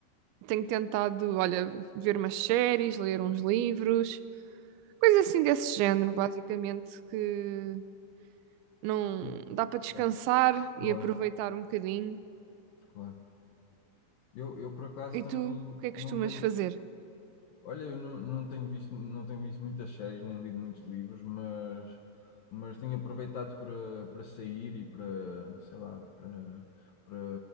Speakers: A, on the right; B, on the left.
A: Tenho tentado, olha, ver umas séries, ler uns livros, coisas assim desse género, basicamente, que Não
B: Sim,
A: dá para descansar
B: claro,
A: e
B: claro.
A: aproveitar um bocadinho.
B: claro. Eu, eu por acaso
A: E
B: também
A: tu, o que é que
B: não
A: costumas
B: tenho,
A: fazer?
B: Olha, eu não, não tenho visto, não tenho visto muitas séries, nem lido muitos livros, mas, mas tenho aproveitado para, para sair e para, sei lá, para, para,